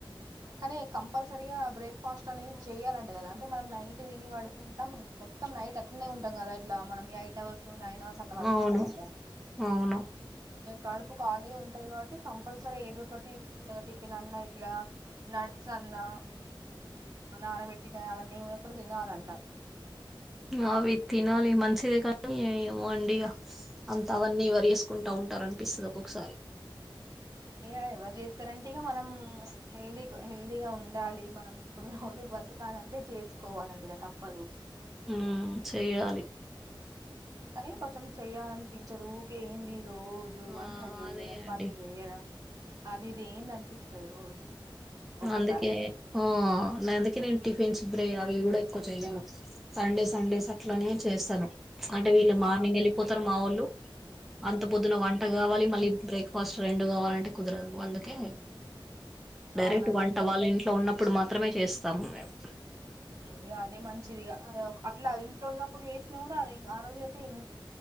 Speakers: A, on the right; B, in the centre.
A: కనీ కంపల్సరిగా బ్రేక్ఫాస్ట్ అనేది చేయరంటే కదా అంటే మనం నైట్ తిని పడుకుంటాం మొ మొత్తం నైట్ అట్లనే ఉంటం కదా ఇట్లా మనం eight eight hours, nine hours అట్ల పడుకుంటం
B: అవును.
A: కదా
B: అవును.
A: కడుపు ఖాళీగా ఉంటది కాబట్టి కంపల్సరీ ఏదో ఒకటి చిన్నగా టిఫిన్ అన్నా ఇట్లా నట్స్ అన్నా నాన పెట్టినవన్నీ మేం ఇప్పుడు తినాలంట
B: ఆవితినాలి మంచిది కానీ ఎమో అండి గా అంత అవన్నీ వరి వేసుకుంటా ఉంటారు అనిపిస్తుంది ఒక్కొక్కసారి
A: ఇగ ఎవరు చేస్తారంటే ఇగ మనం హెల్దీ హెల్దీగా ఉండాలి మనం కూడా రోజు బతకాలంటే చేసుకోవాలండి ఇగ తప్పదు
B: ఉ చెయాలి
A: కానీ కొంచెం చెయ్యాలనిపించదు ఊకే ఏంది రోజు వంట
B: ఆ!
A: చేయడం
B: అదే అండి.
A: పనులు చేయడం అది ఇది ఏందనిపిస్తది రోజు ఒక్కొక్కసారి
B: అందుకే
A: అయితే
B: ఆ అందుకే నేను టిఫిన్ శుబ్రె అవి కూడా ఎక్కువ చేయను సండే సండేస్ అట్లనే చేస్తాను అంటే వీళ్ళు మార్నింగ్
A: ఆ
B: ఎళ్ళిపోతారు మా వాళ్ళు అంత
A: మ్హూ.
B: పొద్దున వంట గావాలి మలి బ్రేక్ఫాస్ట్ రెండు కావాలంటే కుదరదు అందుకే డైరెక్ట్
A: అవునండి
B: వంట
A: అట్లయితే
B: వాళ్ళ ఇంట్లో ఉన్నప్పుడు మాత్రమే చేస్తాము మేము
A: ఇగ అదే మంచిదిగా అట్లా ఇంట్లో ఉన్నప్పుడు చేసినా కూడా అదే ఆ రోజు అయితే ఇం